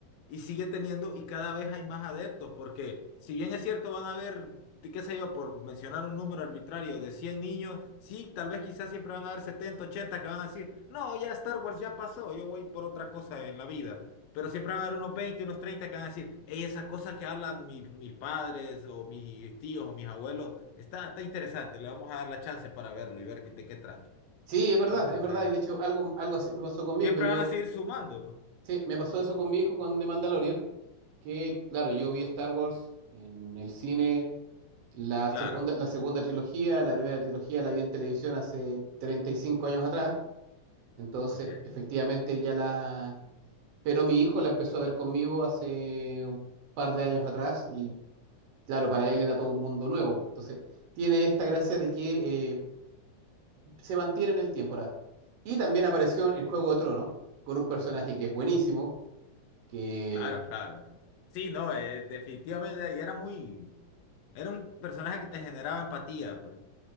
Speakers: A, on the left; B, on the right.
A: y sigue teniendo y cada vez hay más adeptos, porque si bien es cierto, van a haber, de qué sé yo, por mencionar un número arbitrario de 100 niños, sí, tal vez quizás siempre van a haber 70 80 que van a decir, no, ya Star Wars ya pasó, yo voy por otra cosa en la vida. Pero siempre van a haber unos 20 unos 30 que van a decir, hey, esa cosa que hablan mis, mis padres o mis tíos o mis abuelos, está, está interesante, le vamos a dar la chance para verlo y ver de qué trata.
B: Sí, es verdad,
A: Entonces,
B: es verdad. Y de hecho, algo, algo así me pasó con mi
A: siempre
B: hijo. Yo,
A: van a seguir sumando, pues.
B: sí, me pasó eso con mi hijo con The Mandalorian, que, claro, yo vi Star Wars en el cine, la
A: Claro,
B: segunda, la segunda trilogía, la primera trilogía la vi en televisión hace 35 años atrás. Entonces,
A: ok.
B: efectivamente, ya la... Pero mi hijo la empezó a ver conmigo hace un par de años atrás y Claro, para él era todo un mundo nuevo. Entonces, tiene esta gracia de que eh, se mantiene en el tiempo. ahora. Y también apareció en Juego de Tronos, con un personaje que es buenísimo, que
A: Claro, claro. Sí, no, eh, definitivamente y era muy, era un personaje que te generaba empatía, pues.